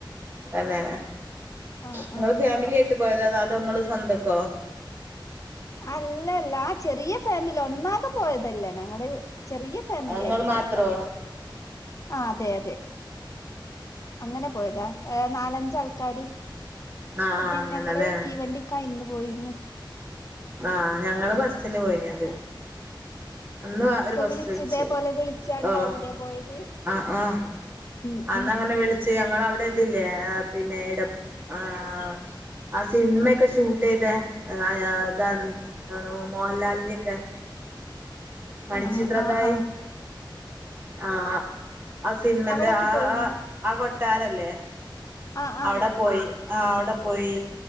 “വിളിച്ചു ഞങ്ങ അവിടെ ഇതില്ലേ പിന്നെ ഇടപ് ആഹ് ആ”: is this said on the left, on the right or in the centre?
Right